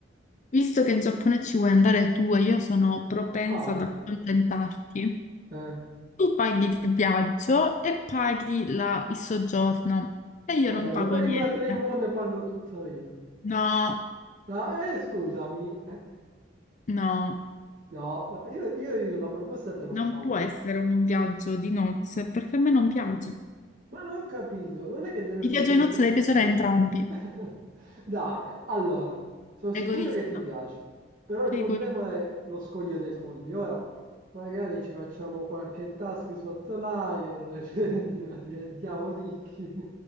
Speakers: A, on the left; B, on the right.
A: Visto che in Giappone ci vuoi andare tu e io sono propensa
B: Dai,
A: ad accontentarti,
B: eh.
A: tu paghi il viaggio e paghi la- il soggiorno e io
B: Va
A: non
B: bene,
A: pago
B: per
A: niente.
B: il matrimonio pago tutto io.
A: No,
B: No, eh, scusami. eh.
A: no,
B: No, no, io, io- io la proposta te l'ho
A: non
B: fatta.
A: può essere un viaggio di nozze perché a me non piace.
B: Ma non ho capito, non è che deve
A: Il
B: piacere
A: viaggio di nozze
B: solo...
A: deve piacere a entrambi.
B: <laughs> Dai, allora, sono sicuro
A: Egoista,
B: che ti piace, però il
A: sei
B: problema
A: egoista.
B: è lo scoglio dei soldi. Ora, magari ci facciamo qualche task su Outlier, <laughs> cioè, diventiamo ricchi.